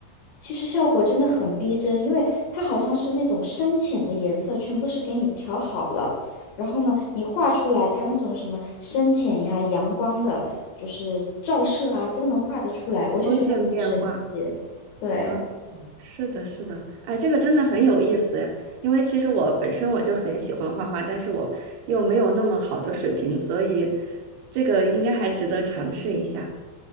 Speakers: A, on the left; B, on the right.
A: 其实效果真的很逼真，因为它好像是那种深浅的颜色全部是给你调好了，然后呢，你画出来它那种什么深浅呀、阳光的，就是照射啊，都能画得出来，我就觉得好神奇。
B: 光线变化。
A: 对，
B: 啊。是的，是的，哎，这个真的很有意思哎，因为其实我本身我就很喜欢画画，但是我又没有那么好的水平，所以这个应该还值得尝试一下。